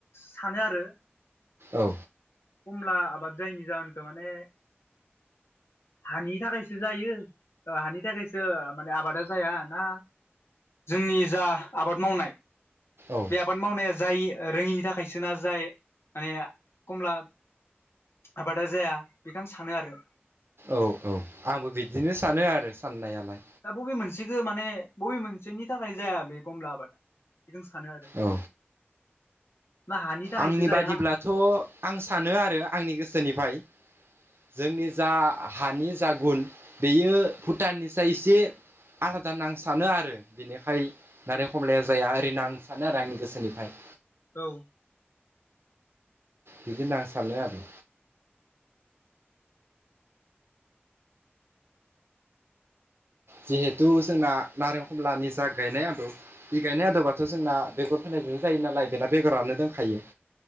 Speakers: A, on the left; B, on the right.
A: सानो आरो
B: औ
A: खमला आबाद जायैनि जाहोनखौ माने हानि थाखायसो जायो ओ हानि थाखायसो माने आबादा जाया ना जोंनि जा आबाद मावनाय
B: औ
A: बे आबाद मावनाया जाय रोङिनि थाखायसो ना जाय माने खमला आबादा जाया बेखौ आं सानो आरो
B: औ औ आंबो बिदिनो सानो आरो साननायालाय।
A: दा बबे मोनसेखौ माने बबे मोनसेनि थाखाय जाया बे खमला आबाद। बेखौनो सानो आरो
B: औ
A: ना हानि थाखायसो
B: आंनि
A: जाया
B: बादिब्लाथ' आं सानो आरो आंनि गोसोनिफ्राय। जोंनि जा हानि जा गुन बेयो भुटाननिसाय एसे आलादा नां सानो आरो बिनिखाय नारें खमलाया जाया ओरैनो आं सानो आरो आंनि गोसोनिफ्राय।
A: औ।
B: बिदि होनना आं सानो आरो जिहेथु जोंना नारें खमलानि जा गायनाय आदब बि गायनाय आदोबाथ' जोंना बेगर फोनायजों जायो नालाय बेना बेगरनो दोनखायो।